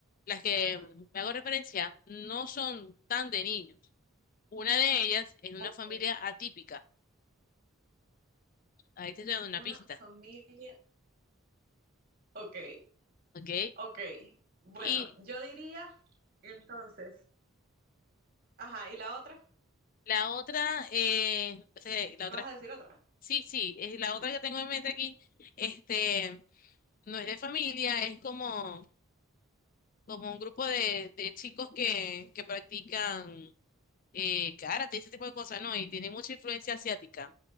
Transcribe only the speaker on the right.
Ok.
Una
familia. Ok,
ok. Bueno,
yo diría entonces. Ajá, ¿y la otra?
¿Vas
a decir otra?